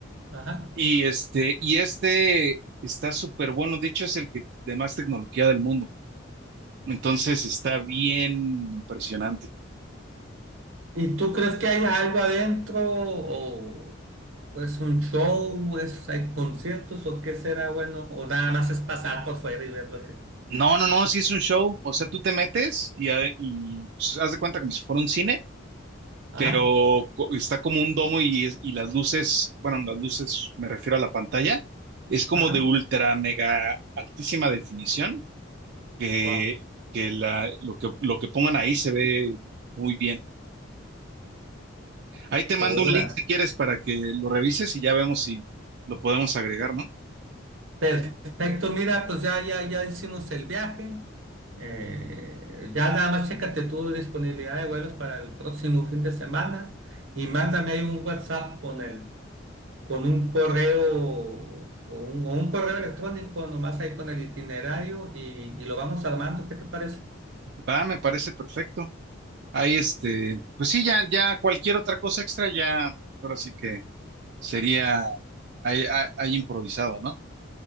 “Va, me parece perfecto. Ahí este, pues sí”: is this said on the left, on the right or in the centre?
Right